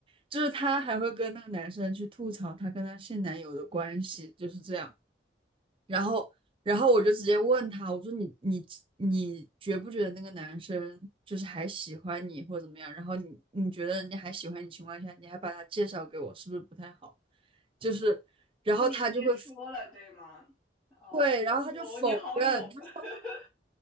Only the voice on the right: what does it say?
就是他还会跟那个男生去吐槽他跟他现男友的关系，就是这样。然后，然后我就直接问他，我说你你你觉不觉得那个男生就是还喜欢你或者怎么样？然后你你觉得人家还喜欢你情况下，你还把他介绍给我，是不是不太好？就是，然后他就会
对，
然后他就否认，
他